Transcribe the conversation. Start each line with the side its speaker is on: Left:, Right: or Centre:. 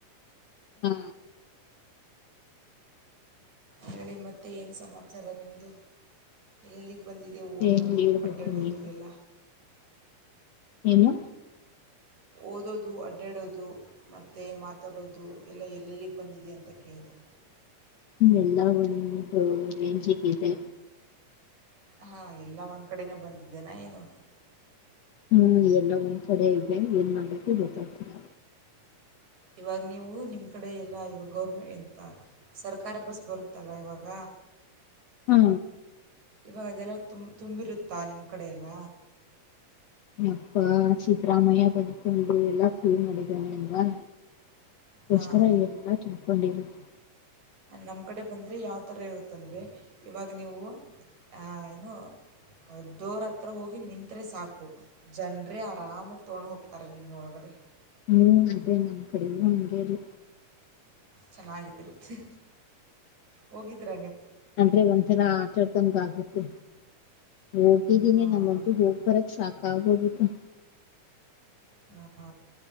Left: ಹಾ
Right: ಹೇಳಿ ಮತ್ತೆ ಏನ್ ಸಮಾಚಾರ ನಿಮ್ದು ಎಲ್ ಬಂದಿದೆ ಓದೋದು
Left: ಏನ್ ಹೇಳ್ಬೇಕು
Right: ಅಡ್ಡಾಡೋದು
Left: ನೀವು
Right: ಎಲ್ಲ
Left: ಏನು
Right: ಓದೋದು ಅಡ್ಡಾಡೋದು ಮತ್ತೆ ಮಾತಾಡೋದು ಎಲ್ಲ ಎಲ್ಲೆಲ್ಲಿಗೆ ಬಂದಿದೆ ಅಂತ ಕೇಳಿದೆ
Left: ಎಲ್ಲಾ ಒಂದು ರೆಂಜಿಗಿದೆ
Right: ಹಾ ಎಲ್ಲ ಒಂದ್ ಕಡೆನೇ ಬಂದಿದ್ದೇನಾ ಏನು
Left: ಹ್ಮ್ ಎಲ್ಲ ಒಂದ್ ಕಡೆ ಇದೆ ಏನ್ ಮಾಡ್ಬೇಕು ಗೊತ್ತಾಗ್ತಿಲ್ಲ
Right: ಇವಾಗ್ ನೀವು ನಿಮ್ ಕಡೆ ಎಲ್ಲ ಇವಾಗ ಗೌರ್ಮೆ ಎಂತ ಸರ್ಕಾರಿ ಬಸ್ ಬರುತ್ತಲ್ಲ ಇವಾಗ
Left: ಹಾ
Right: ಇವಾಗ ಅದೆಲ್ಲ ತುಮ್ ತುಂಬಿರುತ್ತಾ ನಿಮ್ ಕಡೆ ಎಲ್ಲ
Left: ಯಪ್ಪಾ ಸಿದ್ರಾಮಯ್ಯ ಬಂದ್ಕೊಂಡು ಎಲ್ಲಾ ಫ್ರೀ ಮಾಡಿದ್ದಾನೆ ಅಲ್ವಾ
Right: ಹಾಂ
Left: ಓಸ್ಕರ ಎಲ್ಲಾ ಕೊನ್ಡಿರುತ್ತೆ
Right: ನಮ್ ಕಡೆ ಬಂದ್ರೆ ಯಾವ ತರ ಇರುತಂದ್ರೆ, ಇವಾಗ್ ನೀವು ಆ ಏನು ಹ್ ಡೋರ್ ಹತ್ರ ಹೋಗಿ ನಿನ್ತ್ರೆ ಸಾಕು ಜನ್ರೇ ಆರಾಮಾಗ್ ತೊಗೊಂಡ್ ಹೋಗ್ತಾರೆ ನಿಮ್ನ ಒಳಗೆ
Left: ಹ್ಮ್ ಅದೇ ನಮ್ಮ್ ಕಡೆಲ್ಲ ಸರಿ
Right: ಚೆನ್ನಾಗಿರುತ್ತೆ ಹೋಗಿದ್ರ
Left: ಅಂದ್ರೆ ಒಂಥರಾ ಆಟ ಆಡ್ತಂಗಂಗ ಆಗುತ್ತೆ ಹೋಗಿದ್ದೀನಿ
Right: ಹಾಂ
Left: ನಮ್ಮಂತೂ ಹೋಗಬರಕ್ ಸಾಕಾಗೋಗುತ್ತೆ
Right: ಹ